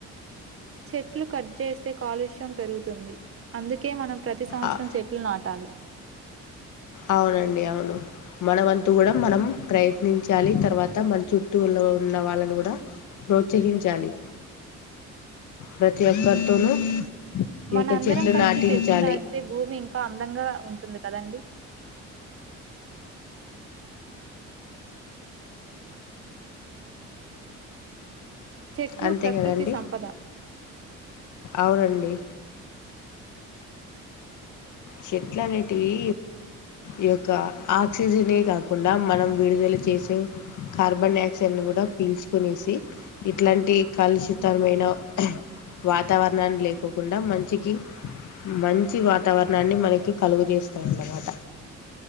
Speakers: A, on the right; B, on the left.
A: చెట్లు కట్ చేస్తే కాలుష్యం పెరుగుతుంది అందుకే మనం ప్రతి సంవత్సరం
B: ఆ-
A: చెట్లు నాటాలి
B: అవునండి అవును మన వంతు కూడా మనం ప్రయత్నించాలి తర్వాత మన చుట్టూలో ఉన్న వాళ్ళను కూడా ప్రోత్సహించాలి ప్రతి ఒక్కరితోనూ ఈ
A: మన
B: యొక్క
A: అందరం
B: చెట్లు
A: కలిసి
B: నాటించాలి
A: చెట్లు నాటితే భూమి ఇంకా అందంగా ఉంటుంది కదండి చెట్లు
B: అంతే
A: ప్రకృతి
B: కదండి
A: సంపద
B: అవునండి చెట్లు అనేటివి ఈ యొక్క ఆక్సిజనే కాకుండా మనం విడుదల చేసే కార్బన్ డైఆక్సైడ్ను కూడా పీల్చుకునేసి ఇట్లాంటి కాలుషితరమైన వాతావరణాన్ని లేకోకుండా మంచికి మఅన్ చి వాతావరణాన్ని మనకి కలుగు చేేస్తాయన్నమాట